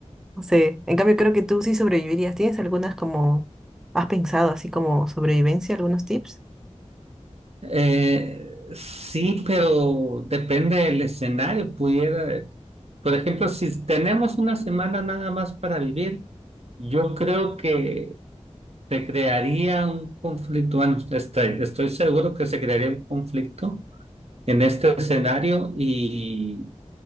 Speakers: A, in the centre; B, on the right.
A: Sí, en cambio creo que tú sí sobrevivirías. ¿Tienes algunas como, has pensado así como sobrevivencia, algunos tips?
B: Eh, sí, pero depende del escenario, pudiera, por ejemplo, si tenemos una semana nada más para vivir, yo creo que se crearía un conflicto, bueno, estoy, estoy seguro que se crearía un conflicto en este escenario y